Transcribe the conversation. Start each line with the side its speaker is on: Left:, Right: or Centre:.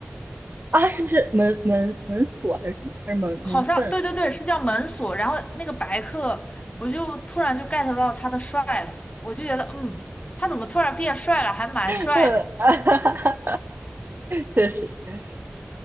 Right: 啊，是不是门门门锁还是什么？还是门门缝？
Left: 好像对对对，是叫门锁。然后那个白客，我就突然就 get 到他的帅了，我就觉得嗯，他怎么突然变帅了，还蛮帅的。
Right: <laughs> 确实，确实。